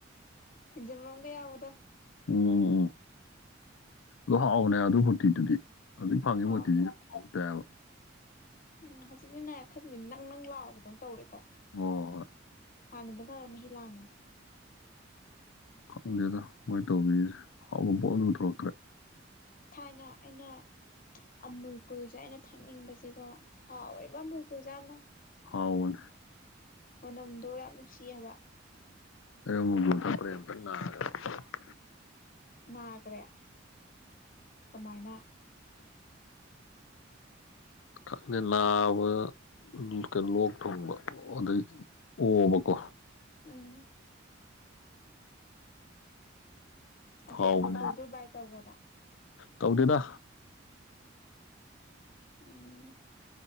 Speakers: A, on the left; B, on the left.
A: ꯊꯤꯟꯖꯤꯟꯕꯝꯒ ꯌꯥꯕꯗꯣ
B: ꯎꯝ ꯎꯝ ꯎꯝ ꯂꯣ ꯍꯥꯎꯅꯦ ꯑꯗꯨꯝ ꯃꯨꯔꯇꯤꯗꯨꯗꯤ ꯍꯧꯖꯤꯛ ꯐꯪꯉꯤ
A: ꯍꯥꯎꯕꯅꯦ
B: ꯃꯨꯔꯇꯤꯁꯤ ꯐꯥꯎꯇꯦꯕ
A: ꯎꯝ ꯍꯧꯖꯤꯛꯁ ꯅꯥꯏꯔ ꯈꯗꯗꯤ ꯅꯪ ꯅꯪ ꯂꯥꯛꯑꯣꯕꯗꯪ ꯇꯧꯔꯦꯀꯣ
B: ꯑꯣ
A: ꯍꯥꯟꯅꯗꯝ ꯈꯔ ꯃꯍꯤ ꯂꯥꯡꯒꯅꯤ
B: ꯈꯪꯗꯦꯗ ꯃꯣꯏ ꯇꯧꯕꯤꯔꯤꯁꯦ ꯍꯥꯎꯕ ꯄꯣꯅ ꯄꯨꯊꯣꯔꯛꯇ꯭ꯔꯦ
A: ꯊꯥꯏꯅ ꯑꯩꯅ ꯑꯃꯨꯜꯀꯨꯜꯁꯦ ꯑꯩꯅ ꯊꯛꯅꯤꯡꯕꯁꯦꯀꯣ ꯍꯥꯎ ꯏꯕ ꯕꯨꯀꯨꯖꯅ
B: ꯐꯥꯎꯟ
A: ꯃꯅꯝꯗꯣ ꯌꯥꯝ ꯅꯨꯡꯁꯤ ꯍꯥꯏꯕ
B: ꯑ ꯃꯨꯕꯨ ꯄ꯭ꯔꯦꯔ <unintelligible>
A: ꯅꯥꯈ꯭ꯔꯦ ꯀꯃꯥꯏꯅ
B: ꯀ ꯅꯥꯕ ꯀꯩꯅꯣ ꯂꯣꯛ ꯊꯣꯡꯕ ꯑꯗꯩ ꯑꯣꯕꯀꯣ
A: ꯑꯝ ꯑꯗꯩ
B: ꯍꯥꯎꯕꯅꯦ
A: ꯑꯃꯨꯔꯀꯨ ꯒ꯭ꯔꯨꯞ ꯕꯥꯏ ꯇꯧꯈ꯭ꯔꯕ
B: ꯇꯧꯗꯦꯗ
A: ꯎꯝ